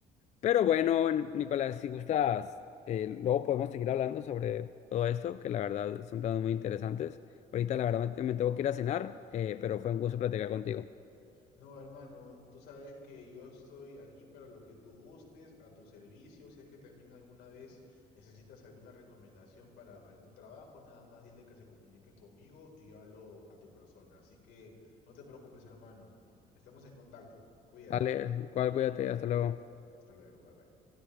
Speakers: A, on the left; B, on the left.
A: Pero bueno, Nicolás, si gustas, eh, luego podemos seguir hablando sobre todo esto, que la verdad son temas muy interesantes. Ahorita la verdad me me tengo que ir a cenar, eh, pero fue un gusto platicar contigo.
B: No, hermano, tú sabes que yo estoy aquí para lo que tú gustes, a tu servicio. Si es que también alguna vez necesitas alguna recomendación para algún trabajo, nada más dile que se comuniquen conmigo y yo hablo a tu persona. Así que no te preocupes, hermano. Estamos en contacto. Cuídate.
A: Dale, igual cuídate, hasta luego.
B: Hasta luego. Bye bye.